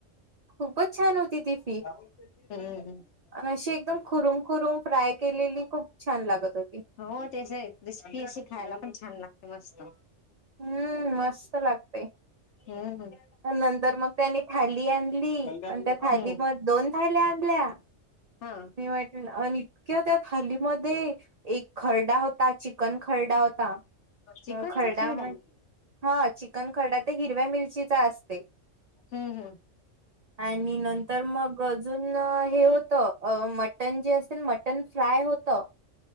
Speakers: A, on the right; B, on the left.
A: खूपच छान होती तीप
B: हम्म्
A: आणि अशी एकदम खुरुम खुरुम फ्राय केलेली खूप छान लागत होती
B: हो त्याच क्रिस्पी अशी खायला पण छान लागते मस्त
A: हम्म मस्त लागते
B: हम् हम्
A: नंतर मग त्यानी थाली आणली
B: हम्म
A: आणि त्या थाली म दोन थाल्या आणल्या
B: हा
A: वाट इतकिं त्या थालीमध्ये एक खरडा होता चिकन खरडा होता
B: चिकनचा
A: खरडा
B: खैडा
A: म्हण
B: हम्म
A: हा चिकन खडा ते हिरव्या मिरचीचा असते
B: हम् हम्
A: आणि नंतर मग अजून हे होतं अ मटण जे असेल मटन फ्राय होतं